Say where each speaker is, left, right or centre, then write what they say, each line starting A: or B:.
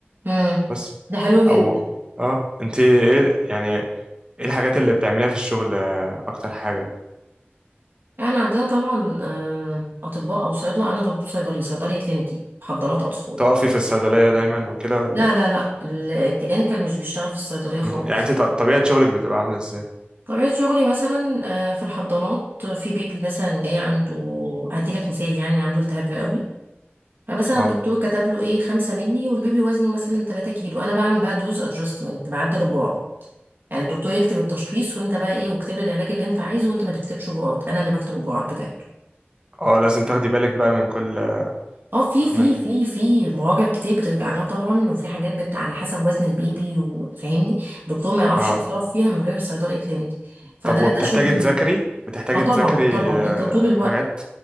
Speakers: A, on the right; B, on the right.
A: امم
B: بس
A: ده حلو جدا
B: أو أه أنت إيه يعني إيه الحاجات اللي بتعمليها في الشغل آه، أكتر حاجة
A: يعني عندنا طبعا آه، اطباء او صيادله انا طبيب صيدلي صيدلي كلينيكي حضانات اطفال
B: تقفي في الصيدلية دايما وكده ولا
A: لا لا لا ال- الكلينيكال مش بيشتغل في الصيدليه خالص
B: مم. يعني أنت ط- طبيعة شغلك بتبقى عاملة إزاي؟
A: طبيعه شغلي مثلا آه، في الحضانات آه، في بيبي مثلا جاي عنده هدي لك مثال يعني عنده التهاب رئوي فمثلا
B: آه.
A: الدكتور كتب له ايه خمسة ملي والبيبي وزنه مثلا 3 كيلو انا بعمل بقى دوز ادجستمنت بعدل الجرعه يعني الدكتور يكتب التشخيص وانت بقى ايه واكتب لي العلاج اللي انت عايزه وانت ما تكتبش جرعات انا اللي بكتب الجرعات بتاعته
B: اه لازم تاخدي بالك بقى من كل
A: اه في
B: من
A: في في في مراجع كتير بترجع لها طبعا وفي حاجات بت... على حسب وزن البيبي وفاهمني الدكتور ما يعرفش
B: اه
A: يتصرف فيها من غير صيدلي كلينيكي فده
B: طب وبتحتاجي
A: ده شغل
B: تذاكري بتحتاجي
A: اه طبعا
B: تذاكري
A: طبعا
B: آه،
A: انت طول
B: حاجات
A: الوقت